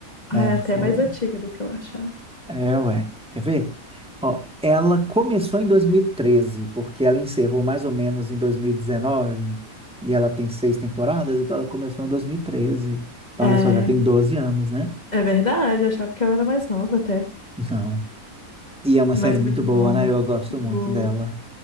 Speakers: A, in the centre; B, on the left.
A: né?
B: Ah, é até
A: Foi.
B: mais antiga do que eu achava.
A: É, ué. Quer ver? Ó, ela começou em 2013, porque ela encerrou mais ou menos em 2019, e dezenove, e ela tem seis temporadas, então ela começou em 2013. Então,
B: É,
A: olha só, já tem 12 anos, né?
B: é verdade, eu achava que ela era mais nova até.
A: Não. E é uma
B: Mas
A: série muito
B: muito
A: boa,
B: boa.
A: né? Eu gosto
B: Muito
A: muito
B: boa.
A: dela.